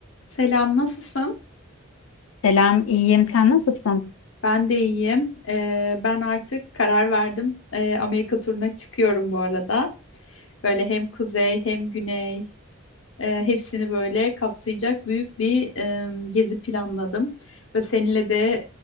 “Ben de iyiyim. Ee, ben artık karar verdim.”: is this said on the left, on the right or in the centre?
Left